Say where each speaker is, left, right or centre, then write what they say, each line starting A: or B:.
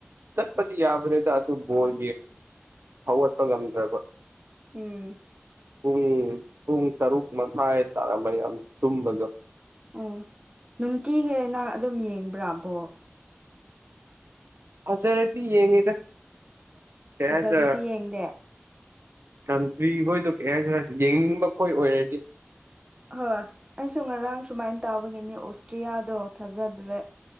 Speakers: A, on the right; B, on the right.
A: ꯆꯠꯄꯗꯤ ꯌꯥꯕꯅꯦꯦ ꯇꯇꯨ ꯣꯜ ꯍꯧꯒꯠꯄ ꯉꯝꯗ꯭ꯔꯕ
B: ꯎꯝ
A: ꯄꯨꯡ ꯄꯨꯡ ꯇꯔꯨꯛ ꯍꯥꯏꯥꯏ ꯇꯥꯔ ꯃꯔꯤꯌꯥꯝ ꯇꯨꯝꯝꯕꯗꯨ
B: ꯑꯣ ꯅꯨꯡꯇꯤꯒꯤꯅ ꯑꯗꯨꯝ ꯌꯦꯡꯕ꯭ꯔꯥꯕꯣ
A: ꯐꯖꯔꯗꯤ ꯌꯦꯡꯉꯦꯗ ꯀ
B: ꯐꯖꯗ꯭ꯔꯗꯤ
A: ꯍꯥꯏꯔ
B: ꯌꯦꯡꯗꯦ
A: ꯀꯟꯇ꯭ꯔꯤ ꯍꯣꯏꯗꯣ ꯀ ꯍꯥꯏꯁꯤꯔ ꯌꯦꯡꯅꯤꯡꯕ ꯀꯣꯏ ꯑꯣꯏꯔꯗꯤ
B: ꯍꯣꯏ ꯑꯩꯁꯨ ꯉꯔꯥꯡ ꯁꯨꯃꯥꯏꯅ ꯇꯥꯕꯒꯤꯅꯤ ꯑꯣꯁꯇ꯭ꯔꯤꯌꯥꯗꯣ ꯊꯥꯖꯗ꯭ꯔꯦ